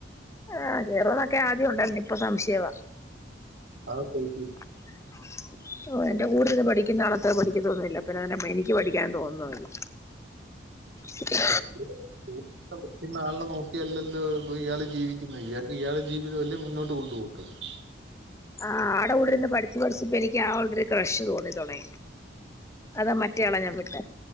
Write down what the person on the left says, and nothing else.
ആഹ കേറോന്നൊക്കെ ആദ്യം ഒണ്ടായിരുന്നു ഇപ്പ സംശയവാ
<unintelligible> ഓ എന്റെ കൂടിരുന്ന് പഠിക്കുന്ന ആളത്ര പഠിക്കത്തൊന്നുവില്ല അപ്പ ഞാനെന്റെ എനിക്ക് പഠിക്കാൻ തോന്നുന്നുവില്ല <unintelligible>
ആ ആ ആട കൂടിരുന്ന് പഠിച്ച് പഠിച്ചി എനിക്ക് ആ ആളോട് ക്രഷ് തോന്നി തൊടങ്ങി അതാ മറ്റയാളെ ഞാൻ വിട്ടെ